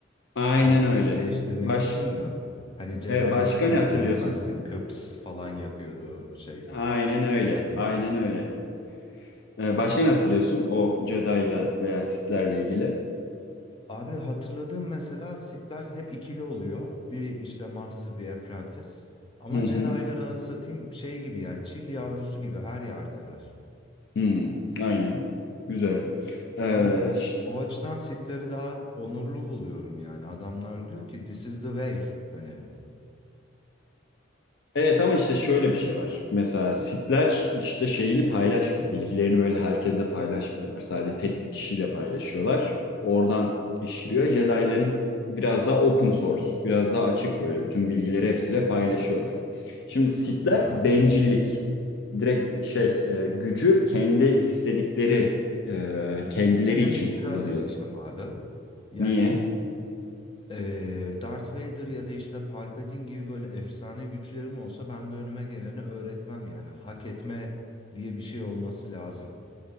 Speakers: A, on the left; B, on the left.
A: Aynen
B: Ya da
A: öyle.
B: değiştirmek
A: Baş
B: için mi? Hani Jedi'lardan
A: e, başka ne hatırlıyorsun?
B: öğrenemezsin. Kıps falan yapıyordu şey
A: Aynen öyle.
B: Patin.
A: Aynen öyle. Ee, başka ne hatırlıyorsun o Jedi'la veya Sith'lerle ilgili?
B: Abi hatırladığım mesela Sith'ler hep ikili oluyor. Bir işte Master bir Apprentice. Ama
A: Hı hı.
B: Jedi'lar anlatayım şey gibi yani çil yavrusu gibi her yerdeler.
A: Hı. Aynen. Güzel. Ee,
B: Ben o, o açıdan Sith'leri daha onurlu buluyorum yani. Adamlar diyor ki this is the way. Hani
A: Evet ama işte şöyle bir şey var. Mesela sitler işte şeyini paylaşmıyor. Bilgilerini böyle herkese paylaşmıyorlar. Sadece tek bir kişiyle paylaşıyorlar. Oradan işliyor. Jedi'ların biraz daha open source, biraz daha açık böyle bütün bilgileri hepsiyle paylaşıyorlar. Şimdi sitler
B: aa.
A: bencillik. Direkt şey e, gücü kendi istedikleri e,
B: İ-
A: kendileri
B: İnceden
A: için
B: itiraz
A: kullanıyorlar.
B: edeceğim abi. Yani
A: Niye?
B: Ee, Darth Vader ya da işte Palpatine gibi böyle efsane güçlerim olsa ben de önüme geleni öğretmem yani. Hak etme diye bir şey olması lazım.